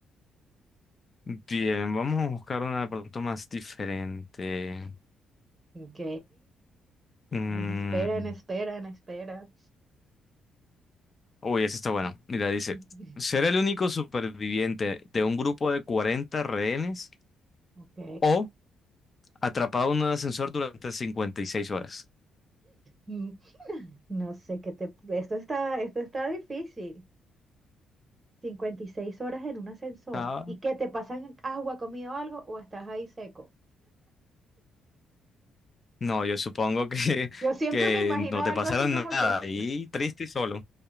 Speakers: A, on the left; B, on the right.
A: Bien, vamos a buscar una de pronto más diferente.
B: Ok.
A: Mm,
B: En espera, en espera, en espera.
A: Uy, esa está bueno. Mira, dice,
B: <laughs>
A: ser el único superviviente de un grupo de 40 rehenes
B: Ok.
A: o atrapado en un ascensor durante 56 horas.
B: Mm, No sé qué te... Esto está, esto está difícil. 56 horas en un ascensor.
A: Ah,
B: ¿Y qué te pasan agua, comida o algo? ¿O estás ahí seco?
A: No, yo supongo que, <laughs>
B: Yo siempre
A: que
B: me imagino
A: no te
B: algo
A: pasará
B: así como
A: nada
B: que...
A: y triste y solo.